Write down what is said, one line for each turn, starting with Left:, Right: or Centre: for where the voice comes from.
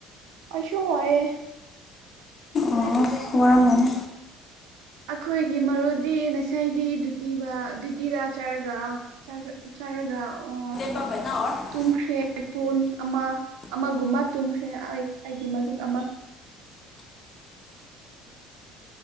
Right: ꯑꯁꯨ ꯋꯥꯏꯌꯦ
Left: ꯑꯣ ꯋꯥꯔꯝꯒꯅꯤ
Right: ꯑꯩꯈꯣꯏꯒꯤ ꯃꯔꯨꯗꯤ ꯉꯁꯥꯏꯗꯤ ꯗ꯭ꯌꯨꯇꯤꯕ ꯗ꯭ꯌꯨꯇꯤꯗ ꯆꯠꯔꯒ ꯆꯥꯛ ꯆꯔꯒ ꯑꯣ
Left: <unintelligible>
Right: ꯇꯨꯝꯈ꯭ꯔꯦ ꯃꯤꯄꯨꯟ ꯑꯃ ꯑꯃꯒꯨꯝꯕ ꯇꯨꯝꯈ꯭ꯔꯦ ꯑꯩ ꯑꯩꯒꯤ ꯃꯔꯨꯞ ꯑꯃ